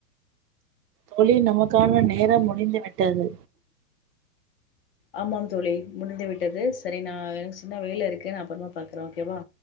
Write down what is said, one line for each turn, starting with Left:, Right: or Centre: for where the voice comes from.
Right: தோழி நமக்கான நேரம் முடிந்துவிட்டது
Left: ஆமாம் தோழி முடிந்து விட்டது சரி நா எனக்கு சின்ன வெல இருக்கே நா அப்றமா பாக்குற ஓகேவா